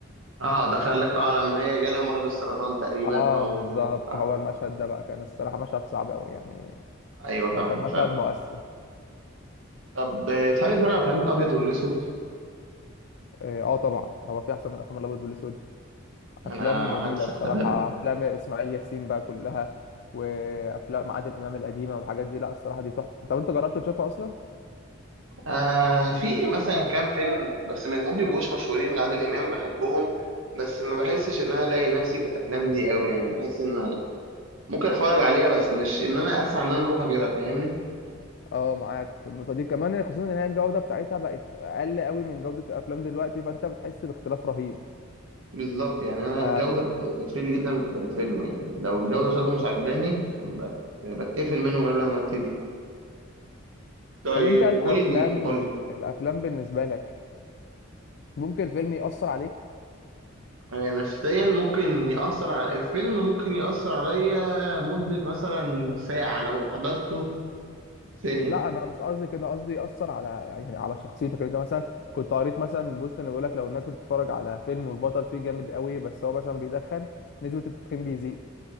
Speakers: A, on the right (about 80°); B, on the left (about 55°).
A: اه ده خلاك اه لما هي جالها مرض السرطان تقريبا
B: اه
A: او
B: بالظبط
A: آه
B: هو المشهد ده بقى كان الصراحه مشهد صعب قوي يعني
A: ايوه فاهمك
B: آه، كان مشهد
A: فاهم
B: مؤثر
A: طب آه، تحب تتفرج على افلام الابيض والاسود
B: اه آه طبعا هو في احسن من افلام الابيض والاسود افلام
A: انا
B: جميله
A: قعدت ساكت
B: الصراحه
A: تماما
B: افلام اسماعيل ياسين بقى كلها وافلام عادل امام القديمه والحاجات دي لا الصراحه دي تحفه طب انت جربت تشوفها اصلا
A: آه في مثلا كام فيلم بس مش ممكن يبقوش مشهورين لعادل امام بحبهم بس ما بحسش ان انا الاقي نفسي في الافلام دي قوي يعني بحس ان ممكن اتفرج عليها بس مش ان انا اسعى ان انا اروح اجيبها فاهمني
B: اه معاك في النقطه دي كمان خصوصا ان هي الجوده بتاعتها بقت اقل قوي من جوده الافلام دلوقتي فانت بتحس باختلاف رهيب
A: بالظبط يعني انا
B: ف...
A: الجوده بتفرق لي جدا في الفيلم يعني لو الجوده
B: بالظبط
A: بتاعته مش عجباني بت... بتقفل منه قبل ما ابتدي طيب
B: طب انت الافلام
A: قول لي قول لي
B: الافلام بالنسبه لك ممكن فيلم يأثر عليك
A: آه، نفسيا ممكن يأثر على الفيلم ممكن يأثر عليا مدة مثلا ساعة لو حضرته سينما
B: لا انا مش قصدي كده قصدي ياثر على يعني على شخصيتك يعني انت مثلا كنت قريت مثلا بوست انه بيقول لك لو الناس بتتفرج على فيلم والبطل فيه جامد قوي بس هو مثلا بيدخن نسبه التدخين بيزيد